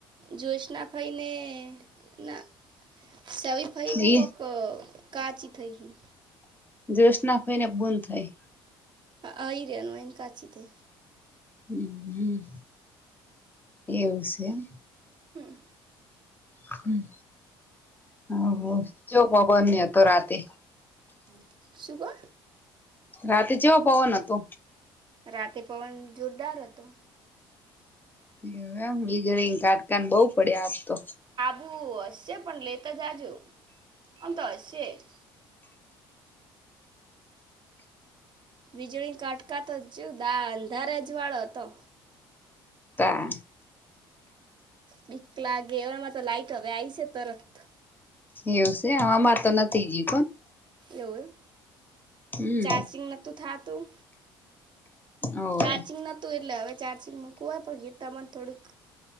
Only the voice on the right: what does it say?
જોશના ફઈને ના સવી ફઈને
કોક કાચી થઇ હી.
હઅ ઈ રહનું એન કાચી દહીં
હમ
હમ શું કો?
રાતે પવન જોરદાર હતો.
ઉ હશે પણ લેતા જાજો ઓમ તો હશે જ. વીજળીન કાટકા તો ચેવું દા અંધારે અજવાળે હતો.
બીક લાગે એવામાં તો લાઈટ હવે આઈ સે તરત.
એવું એમ
ચાર્જિંગ નતું થાતું?
ચાર્જિંગ નતું એટલે હવે ચાર્જિંગ મૂકવા પણ ગીતમાંને થોડુંક